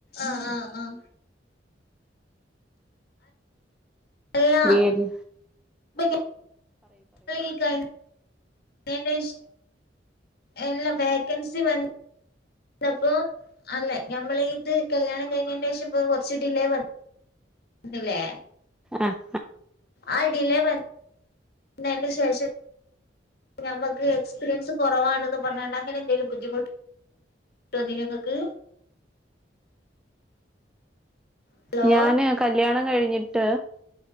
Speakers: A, on the left; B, in the centre.
A: ആഹ ആഹ് ആഹ എ
B: ഏത്
A: <unintelligible> നിങ്ങളി കഴിഞ്ഞതിൻ്റെ ശേഷം എല്ല വേക്കൻസി വന്ന പ്പോ. അല്ലെ ഞമ്മൾ ഇത് കല്യാണം കഴിഞ്ഞതിന്റെഷം ഇപ്പ കൊറച്ച് ഡിലേ വന്നില്ലേ
B: ആഹ്
A: ആ ഡിലേ വ ന്നൻ്റെ ശേഷം നമുക്ക് എക്സ്പീരിയൻസ് കുറവാണെന്ന് പറഞ്ഞാണ്ട് അങ്ങനെ എന്തെങ്കും ബദ്ധിമുട്ട്. ട്ട് തന്നിനോ നിങ്ങൾക്ക്. ഹലോ
B: ഞാന് കല്യാണം കഴിഞ്ഞിട്ട്